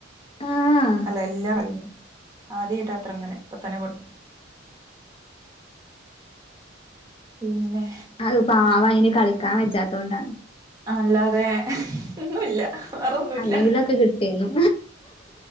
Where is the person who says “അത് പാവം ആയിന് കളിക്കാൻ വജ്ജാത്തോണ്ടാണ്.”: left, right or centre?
Left